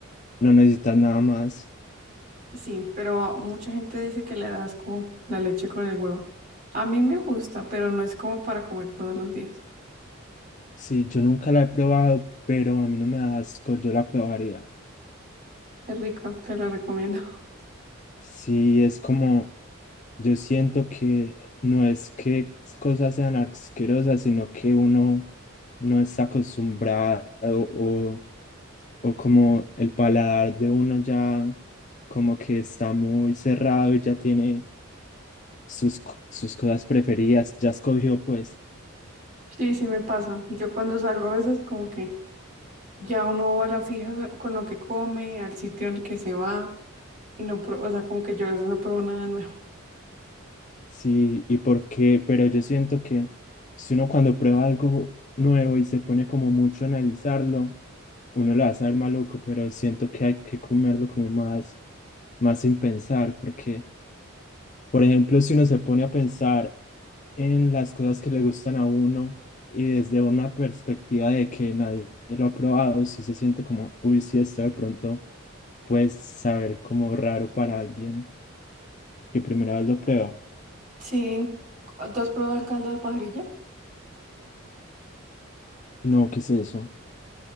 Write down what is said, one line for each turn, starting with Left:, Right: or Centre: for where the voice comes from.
Left: no necesitas nada más.
Right: Sí, pero mucha gente dice que le da asco la leche con el huevo. A mí me gusta, pero no es como para comer todos los días.
Left: Sí, yo nunca la he probado, pero a mí no me da asco, yo la probaría.
Right: Es rico, te lo recomiendo. <laughs>
Left: Sí, es como, yo siento que no es que cosas sean asquerosas, sino que uno no está acostumbrado o o como el paladar de uno ya como que está muy cerrado y ya tiene sus, co- sus cosas preferidas, ya escogió pues,
Right: Sí, sí me pasa. Yo cuando salgo a veces como que ya uno va a la fija con lo que come, al sitio al que se va, y no, pro- o sea, como que yo a veces no pruebo nada nuevo. <laughs>
Left: sí, y por qué, pero yo siento que si uno cuando prueba algo nuevo y se pone como mucho a analizarlo, uno lo va a saber maluco, pero siento que hay que comerlo como más, más sin pensar, porque, por ejemplo, si uno se pone a pensar en las cosas que le gustan a uno y desde una perspectiva de que nadie lo ha probado, si se siente como, uy, si esto de pronto puede saber como raro para alguien que primera vez lo prueba.
Right: Sí, ¿tú has probado el caldo de pajarilla?
Left: No, ¿qué es eso?